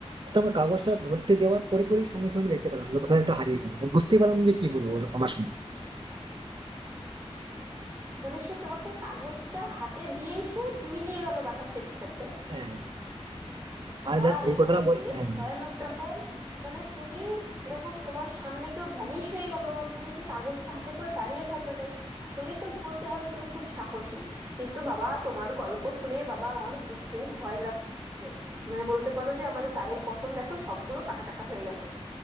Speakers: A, on the right; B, on the right.
A: সেটা আমার কাগজটা ধরতে দেওয়ার পরে পরে সঙ্গে সঙ্গে আমি দেখতে পেলাম যে কোথায় একটা হারিয়ে গেল মানে বুঝতে পারলাম না যে কি হলো ওর- আমার সঙ্গে
B: মানে সে তোমাকে কাগজটা হাতে দিয়েই সে মিলিয়ে গেল বাতাসের সাথে
A: হ্যাঁ মানে
B: বাবা
A: জাস্ট এই
B: এটা
A: কথাটা
B: তো
A: বল
B: বেশ
A: হ্যাঁ
B: ভয়ানক ব্যাপার মানে তুমি এরকম তোমার সামনে কেউ ভ্যানিশ হয়ে গেল আর তুমি সেই কাগজটা হাতে করে দাঁড়িয়ে থাকলে আসলেই তো বলতে হবে তুমি খুব সাহসী কিন্তু বাবা তোমার গল্প শুনে বাবা আমার গু- খুব ভয় লাগছে মানে বলতে পারো যে আমার গায়ের পশম দেখো সবগুলো কাটা কাটা হয়ে গেল